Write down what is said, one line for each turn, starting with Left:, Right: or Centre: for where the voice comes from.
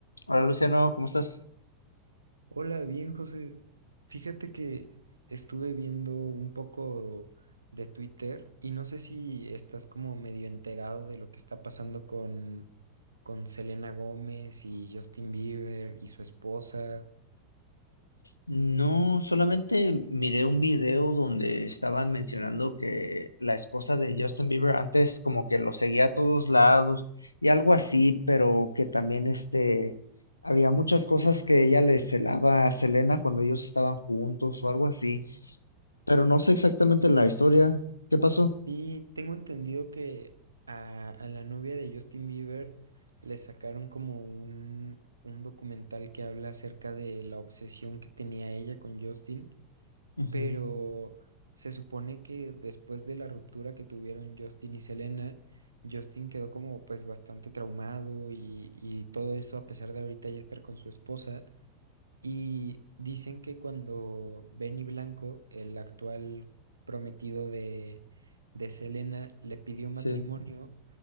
Left: Hola Luciano, ¿cómo estás?
Right: Hola, bien, José. Fíjate que estuve viendo un poco de Twitter y no sé si estás como medio enterado de lo que está pasando con, con Selena Gómez y Justin Bieber y su esposa.
Left: No, solamente miré un video donde estaban mencionando que la esposa de Justin Bieber antes como que lo seguía a todos lados y algo así, pero que también este había muchas cosas que ella le celaba a Selena cuando ellos estaban juntos o algo así, pero no sé exactamente la historia. ¿Qué pasó?
Right: Y tengo entendido que a, a la novia de Justin Bieber le sacaron como un, un documental que habla acerca de la obsesión que tenía ella con Justin.
Left: Ujú,
Right: pero se supone que después de la ruptura que tuvieron Justin y Selena, Justin quedó como pues bastante traumado y, y todo eso a pesar de ahorita ya estar con su esposa. Y dicen que cuando Benny Blanco, el actual prometido de, de Selena, le pidió matrimonio,
Left: sí.